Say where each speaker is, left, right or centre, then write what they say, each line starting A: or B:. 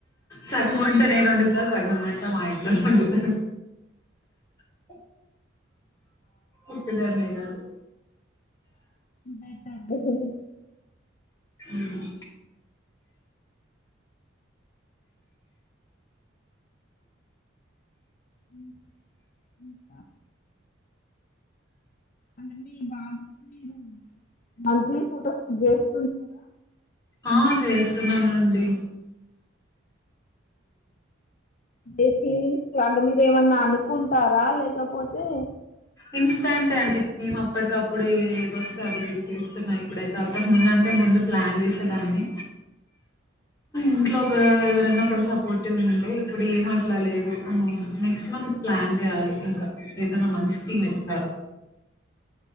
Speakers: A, on the left (about 15°); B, on the left (about 40°).
A: సగం వంట నేనొండుత
B: అవునా
A: సగం వంట మా ఇంట్లోల్లోండుతరు హు ఒక్కదాన్నే గాదు
B: బెటర్ హ్
A: హుమ్
B: హుమ్ ఉమ్ హా అంటే మీ బాబుకి మీరు మంత్లీ ఫోటో షూట్ జేస్
A: ఆ చేస్ న్నానండి
B: <inaudible> అంటే మీరేమన్ననుకుంటరా లేకపోతే
A: ఇన్స్టంట్ అండి మేం అప్పడికప్పుడే ఏదోస్తే అది దీసేస్తున్నా ఇప్పుడైతే అంతకముందంటె ముందు ప్లాన్ జేసేదాన్ని ఇంట్లో ఒక ఎవరొన్న ఒకరు సపోట్ పోర్టివ్ ఉండే ఇప్పుడెం మట్లాలేదు. నెక్స్ట్ మంత్ ప్లాన్ జేయాలి ఇంకా ఎదన్నా మన్ <unintelligible> స్టిమేట్ లాగా